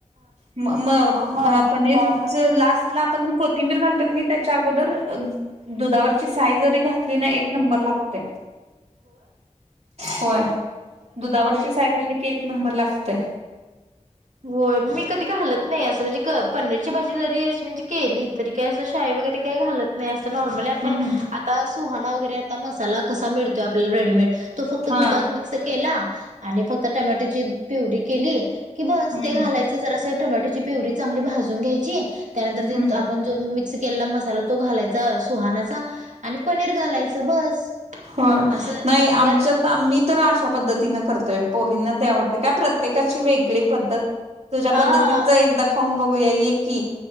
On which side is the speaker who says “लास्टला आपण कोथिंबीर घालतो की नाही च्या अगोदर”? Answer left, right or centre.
Right